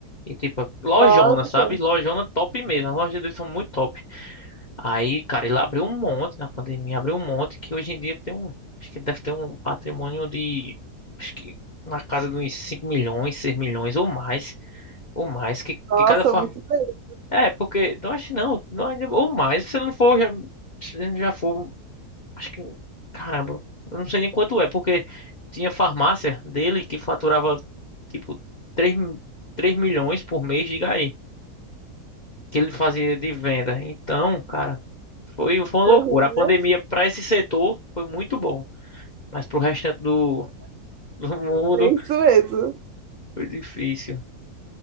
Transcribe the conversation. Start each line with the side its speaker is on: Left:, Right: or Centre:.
Left: E tipo, lojona,
Right: Nossa,
Left: sabe? Lojona top mesmo, as lojas deles são muito top. Aí, cara, ele abriu um monte na pandemia, abriu um monte que hoje em dia ele tem um, acho que ele deve ter um patrimônio de, acho que na casa dos 5 milhões, 6 milhões ou mais, ou mais, que,
Right: nossa,
Left: que cada farm.
Right: muito bem.
Left: É, porque, não acho não, não, ainda- ou mais, se não for, já, se já for, acho que, caramba, eu não sei nem quanto é, porque tinha farmácia dele que faturava, tipo, 3 3 milhões por mês, diga aí, que ele fazia de venda. Então, cara. Foi, foi uma
Right: Aham.
Left: loucura. A pandemia para esse setor foi muito bom, mas para o restante do, do mundo
Right: É isso mesmo.
Left: foi difícil.